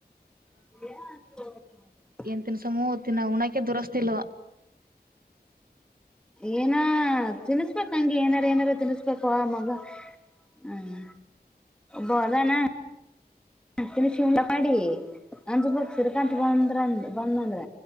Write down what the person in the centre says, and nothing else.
ಏನ
ಏನ ತಿನ್ಿಸಬೇಕ ಹಂಗಗೆ ಏನಾರು ಏನಾರು ತಿನ್ಸ್ಬೇಕು ಮಗ ಹ್ಮ್ ಬದಣ ತಿಿನ ಶ ಉಂಡ ಮಾಡಿ ಅಂದ ಬಕ್ಸರ್ ಕಂತ ಬಂದ್ರ ಬಂದಂದ್ರ